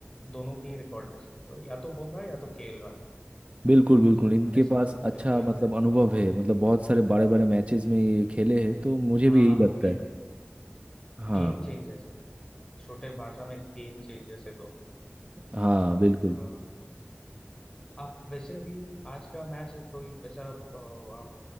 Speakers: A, on the left; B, on the right.
A: दोनों की रिकॉर्ड्स की तो या तो बुमराह या तो केएल राहुल
B: बिल्कुल बिल्कुल
A: सो
B: इनके
A: ऐसा
B: पास
A: मेरे
B: अच्छा
A: को लगता
B: मतलब
A: है
B: अनुभव है मतलब बहुत सारे बड़े बड़े मैचेस में ये खेले हैं तो मुझे
A: हाँ
B: भी यही लगता
A: बिल्कुल
B: है हाँ
A: गेम चेंजर्स है छोटे भाषा में गेम चेंजर्स है दोनों
B: हाँ
A: और
B: बिल्कुल
A: अ, आप वैसे अभी आज का मैच है कोई ऐसा अ, आप